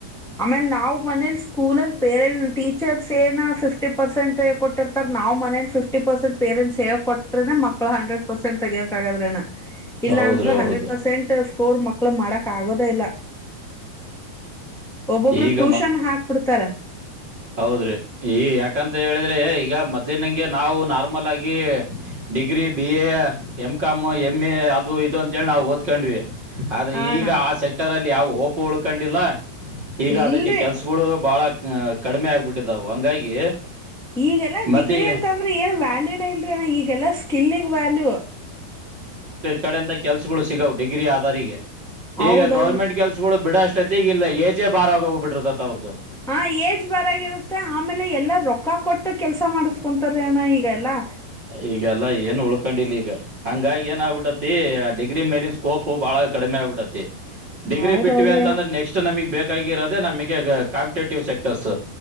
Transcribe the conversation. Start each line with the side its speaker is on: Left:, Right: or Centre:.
Centre: ಆಮೇ ನಾವ್ ಮನೇಲಿ ಸ್ಕೂಲಲ್ಲಿ ಪೇರೆಂಟ್ ಟೀಚರ್ಸ್ ಏನ್ ಫಿಫ್ಟಿ ಪರ್ಸೆಂಟ್ ಕೊಟ್ಟಿರ್ತಾರ ನಾವ್ ಮೇ ಫಿಫ್ಟಿ ಪರ್ಸೆಂ ಪೇರೆಂಟ್ಸ್ ಹೇಳ್ ಕೊಟ್ಟ್ರನೆಕ್ಳ ಹಂಡ್ರೆಡ್ ಪರ್ಸೆಟ್ ತಗೋಬೇಕಾಗಾದ್ರಣ ಇಲ್ಲ
Right: ಹೌದ್ರಿ
Centre: ಅಂದ್ರೆ
Right: ಹೌದು
Centre: ಹಂಡ್ರೆಡ್ ಪರ್ಸೆಂಟ್ ಸ್ಕೋರ್ ಮಕ್ಳು ಮಾಡಕ್ ಆಗೋದ ಇಲ್ಲ ಒಬ್ಬೊಬ್ರು
Right: ಈಗ
Centre: ಟ್ಯೂಷನ್
Right: ಮ
Centre: ಹಾಕ್ಬಿಡ್ತಾರ
Right: ಹೌದ್ರಿ ಈ ಯಾಕಂತ ಹೇಳಿದ್ರೆ ಈಗ ಮೊದ್ಲಿನಂಗೆ ನಾವು ನಾರ್ಮಲ್ ಆಗಿ degree B A M com M A ಅದು ಇದು ಅಂಂತೇಳಿ ನಾವು ಓದ್ಕೊಂಡ್ವಿ ಆದ್ರೆ
Centre: ಹ ಅಣ್ಣ
Right: ಈಗ ಆ ಸೆಕ್ಟರ್ ಅಲ್ಲಿ ಯಾವ ಓಪು ಉಳ್ಕೊಂಡಿಲ್ಲ ಈಗ
Centre: ಇಲ್ರಿ
Right: ಅದಕ್ಕೆ ಕೆಲ್ಸಗಳು ಬಾಳಹ ಕಡಿಮೆ ಆಗ್ಬಿಟ್ಟಿದವು ಹಂಗಾಗಿ
Centre: ಈಗೆಲ್ಲ
Right: ಮೊದ್ಲಿಗೆ
Centre: ಡಿಗ್ರಿ ಅಂತಂದ್ರೆ ಏನ್ ವ್ಯಾಲ್ಯೂನ ಇಲ್ರಿನ ಈಗೆಲ್ಲ ಸ್ಕಿಲ್ಗ್ ವ್ಯಾಲ್ಯೂ
Right: ಕಡೆಂತ ಕೆಲ್ಸಗಳು ಸಿಗಾವ ಡಿಗ್ರಿ ಆಧಾರಿಗೆ
Centre: ಹೌದೌದು
Right: ಈಗ ಗೌರ್ಮೆಂಟ್ ಕೆಲ್ಸಗಳು ಬಿಡ ಅಷ್ಟು ಅಷ್ಟೊತಿಗಿಲ್ಲಲ್ಲ ಎಜೆ ಬಾರ ಆ ಹೋಗಬ ಬಿರತತ್ತ ಅವ್ರದದು
Centre: ಹಾ ಏಜ್ ಬರಾಗಿರೋದು ಮತ್ತ ಆಮೇಲೆ ಎಲ್ಲಾ ರೊಕ್ಕ ಕೊಟ್ಟು ಕೆಲ್ಸ ಮಾಡಸ್ಕೊಂತಾರಣ ಈಗಲ್ಲಾ
Right: ಈಗೆಲ್ಲ ಏನ್ ಉಳ್ಕೊಂಡಿಿಲ್ಲ ಈಗ ಹಂಗಾಗಿ ಏನ್ ಆಗ್ಬಿಟ್ಟತಿ ಅದೀಗ ಗ್ರಿ ಮೇಲಿನ ಸ್ಕೋಪ್ು ಬಹಳ ಕಡಿಮೆ ಆಗ್ಬಿಟ್ಟೈತಿ ಡಿಗ್ರಿ
Centre: ಹೌದೌದ್ರಣ
Right: ಬಿಟ್ಟವಿ ಅಂತಂದ್ರೆ ನೆಕ್ಸ್ಟ್ ನಮಗ್ ಬೇಕಾಗಿರೋ ನಮಗೆ ಕಾಂಪಿಟೇಟಿವ್ ಸೆಕ್ಟರ್ಸ್